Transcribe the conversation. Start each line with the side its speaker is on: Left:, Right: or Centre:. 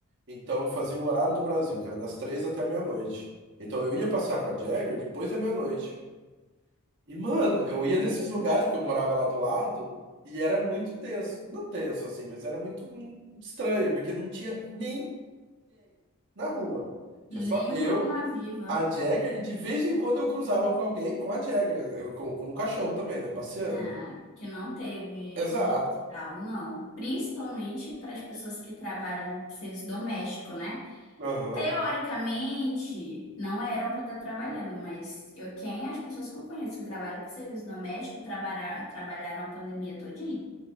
Right: Então eu fazia o horário do Brasil, que era das três até a meia-noite. Então eu ia passear com a Jagger depois da meia-noite. E, mano, eu ia nesses lugares, porque eu morava lá do lado, e era muito tenso. Não tenso, assim, mas era muito hum, estranho, porque não tinha ninguém na rua. Tinha
Left: Nenhuma
Right: só eu,
Left: alma viva,
Right: a Jagger, e de vez em quando eu cruzava com alguém com a Jagger, eu- com, com um cachorro também, né? Passeando.
Left: ah, que não teve
Right: Exato.
Left: lockdown, não. Principalmente para as pessoas que trabalham serviço doméstico, né?
Right: Aham.
Left: Teoricamente, não eram para estar trabalhando, mas eu, quem as pessoas que eu conheço que trabalham com serviço doméstico trabalha, trabalharam a pandemia todinha?